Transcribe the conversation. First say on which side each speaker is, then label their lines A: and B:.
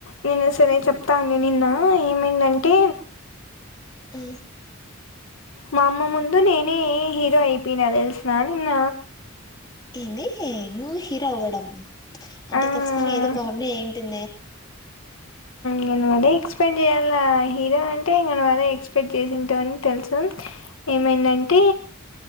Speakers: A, on the left (about 75°); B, on the left (about 20°).
A: నేను సరే చెప్తా అండి నిన్న ఏమైందంటే
B: మ్
A: మా అమ్మ ముందు నేనే హీరో అయిపోయిన తెలిసిన నిన్న
B: ఏంది న్యూ హీరో అవ్వడం అంటే
A: ఆ
B: ఖచ్చితంగా ఏదో కామెడీ అయింటది
A: నేను అదే ఎక్స్పెక్ట్ చేయాల హీరో అంటే నను అదే ఎక్స్పెక్ట్ చేసింటో అని తెలుసు ఏమైందంటే